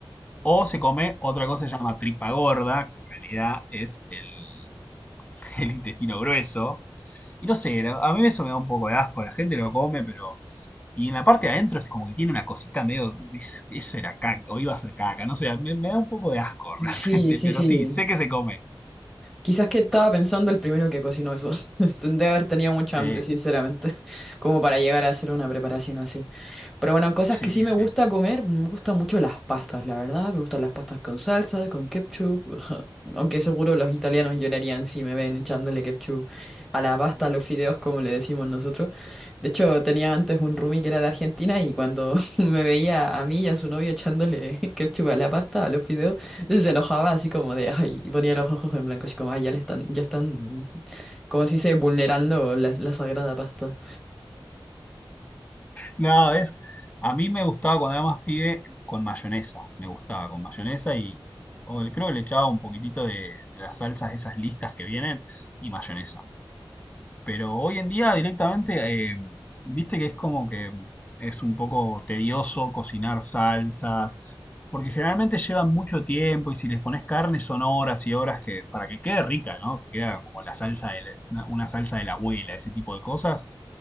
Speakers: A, on the left; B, in the centre.
A: O se come otra cosa que se llama tripa gorda, que en realidad es el, <laughs> el intestino grueso. Y no sé, la- a mí eso me da un poco de asco. La gente lo come, pero y en la parte de adentro es como que tiene una cosita medio. es- eso era caca, o iba a ser caca, no sé, me, me da un poco de asco <laughs> realmente,
B: Sí, sí,
A: pero
B: sí.
A: sí, sé que se come.
B: Quizás que estaba pensando el primero que cocinó eso. <laughs> Debe haber tenido mucha
A: Sí,
B: hambre, sinceramente, <laughs> como para llegar a hacer una preparación así. Pero bueno, cosas
A: sí,
B: que sí me
A: sí.
B: gusta comer, me gustan mucho las pastas, la verdad. Me gustan las pastas con salsa, con ketchup. <laughs> Aunque seguro los italianos llorarían si me ven echándole ketchup a la pasta, a los fideos, como le decimos nosotros. De hecho, tenía antes un roomie que era de Argentina y cuando <laughs> me veía a mí y a su novio echándole <laughs> ketchup a la pasta, a los fideos, se enojaba así como de, ay, y ponía los ojos en blanco, así como, ay, ya le están, ya están, como si se dice, vulnerando la la sagrada pasta.
A: No, es. A mí me gustaba cuando era más pibe con mayonesa. Me gustaba con mayonesa y. o el- creo que le echaba un poquitito de, de las salsas, esas listas que vienen, y mayonesa. Pero hoy en día directamente, eh, viste que es como que es un poco tedioso cocinar salsas, porque generalmente llevan mucho tiempo y si les pones carne son horas y horas que, para que quede rica, ¿no? Que queda como la salsa de la- una, una salsa de la abuela, ese tipo de cosas,